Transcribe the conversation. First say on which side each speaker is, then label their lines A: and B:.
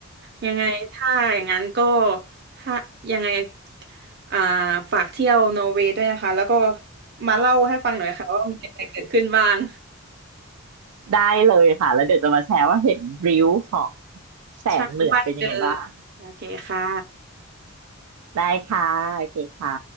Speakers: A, on the right; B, on the right.
A: ยังไงถ้าอย่างนั้นก็ถ้ายังไงอ่าฝากเที่ยวนอร์เวย์ด้วยนะคะแล้วก็มาเล่าให้ฟังหน่อยค่ะว่ามีอะไรเกิดขึ้นบ้าง
B: ได้เลยค่ะแล้วเดี๋ยวจะมาแชร์ว่าเห็นริ้วของแสงเหนือเป็นยังไงบ้าง
A: ใช่ว่าเจอโอเคค่ะ
B: ได้ค่ะโอเคค่ะ